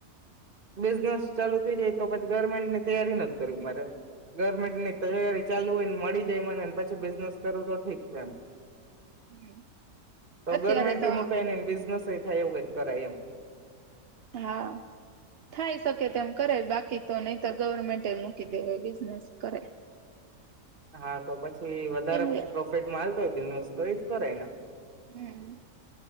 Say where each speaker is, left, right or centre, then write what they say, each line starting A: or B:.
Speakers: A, on the right; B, on the right.
A: બિઝનેસ ચાલુ થઈ જાય તો પછી ગવર્મેન્ટની તૈયારી નથી કરવી મારે. ગવર્મેન્ટની તૈયારી ચાલુ હોયને મળી જાય મને ને પછી બિઝનેસ કરવું તો ઠીક છે એમ.
B: હમ
A: તો
B: અત્યારે
A: ગવર્મેન્ટએ
B: તો
A: મુકાઇ નહીં ને બિઝનેસ એ થાય એવું કાંઈક કરાય એમ.
B: હા થાય શકે તેમ કરાય બાકી તો નહીતર ગવર્મેન્ટએ મૂકી દેવાય બિઝનેસ કરાય.
A: હા તો પછી વધારે
B: કેમ કે
A: પ્રોફિટમાં હાલ તોય બિઝનેસ તો ઈ જ કરેને
B: હમ્મ